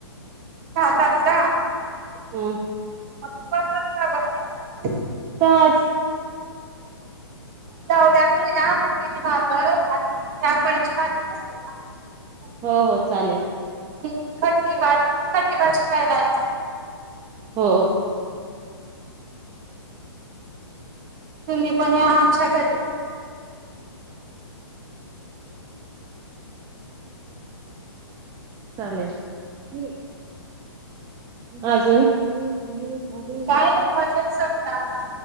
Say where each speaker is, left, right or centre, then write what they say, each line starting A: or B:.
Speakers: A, on the right; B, on the right.
A: ह का
B: ह
A: म बन का ब <unintelligible>
B: तज
A: जावद्या मी ना मकेचे भाकर आणि मपणाची भाजी नसते ना.
B: हो हो चालेल.
A: ह खट्टी बाजी खट्टे बाजी खायलाय.
B: हो <unintelligible>
A: तुम्ही पण या अच्छा करे.
B: चालेल अजून पुळ पाड.
A: काय नाही मजेत सगळं आता